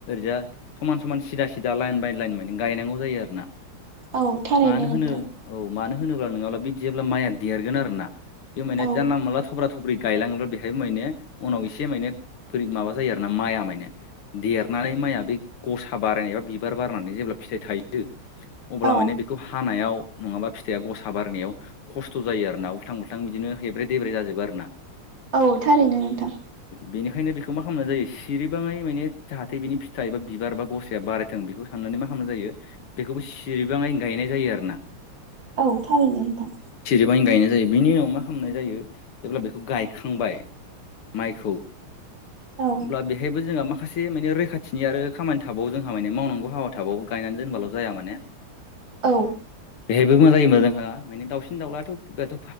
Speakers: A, on the left (about 85°); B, on the right (about 60°).
A: दा समान समान सिदा सिदा लाइन बाय लाइन माने गायनांगौ जायो आरो ना।
B: औ थारैनो
A: मानो होनो
B: नोंथां
A: औ मानो होनोब्ला नङाब्ला बिदिब्ला माइआ देरगोन आरोना बे मान
B: औ
A: जानला मोनला थब्रा थुब्रि गायलाङोब्ला बेहायबो माने उनाव एसे माने बोरै माबा जायो आरोना माइया माने। देरनानै माइया बै गसा बारायनाया बिबार बारनानै जेब्ला फिथाइ थायो
B: औ
A: अब्ला माने बेखौ हानायाव नङाबा फिथाइया गसा बारनायाव खस्थ' जायो आरोना उल्थां उल्थां बिदिनो हेब्रे देब्रे जाजोबो आरो ना।
B: औ थारैनो नोंथां।
A: बेनिखायनो बेखौ मा खालामना जायो सिरिबाङै माने जाहाथे बिनि फिथा एबा बिबार बा गसाया बारायथों बेखौ साननानै मा खालामना जायो बेखौबो सिरिबाङैनो गायनाय जायो आरो ना।
B: औ थारैनो नोंथां।
A: गोबां गायनाय जायो बेनि उनाव मा खालामनाय जायो जेब्ला बेखौ गायखांबाय माइखौ होमब्ला
B: औ
A: बेहायबो जोंहा मा माखासे माने रैखाथिनि आरो खामानि थाबावो जोंहा माने मावनांगौ हाबा थाबावो गायनानै दोनबाल' जाया माने।
B: औ
A: बेहायबो मा जायो होनबा जोंहा माने दाउसिन दाउलाथ'थ'